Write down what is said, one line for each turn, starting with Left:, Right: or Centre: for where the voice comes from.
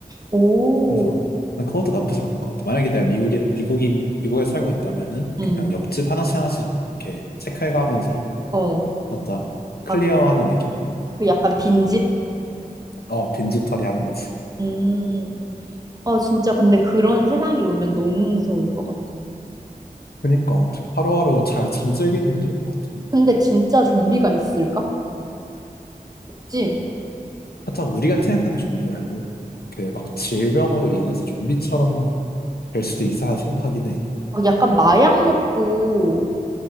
Right: 오,
Left: 그래서 난 그것도 나쁘지 않은 것 같아. 만약에 내가 미국에, 미국인, 미국에 살고 있다면은
Right: 응,
Left: 그냥 옆집 하나씩 하나씩 이렇게 체크해가면서
Right: 어.
Left: 살짝 클리어하는
Right: 아,
Left: 느낌으로
Right: 그 약간 빈집?
Left: 어, 빈집 처리하는 거지.
Right: 음. 아, 진짜 근데 그런 세상이 오면 너무 무서울 것 같아.
Left: 그니까 어떻게 하루하루 잘 잠들기도 힘들 것 같아.
Right: 근데 진짜 좀비가 있을까? 그지
Left: 살짝 우리가 생각하는 좀비 말고 그 막 질병으로 인해서 좀비처럼 될 수도 있다 생각하긴 해.
Right: 막 약간 마약 먹고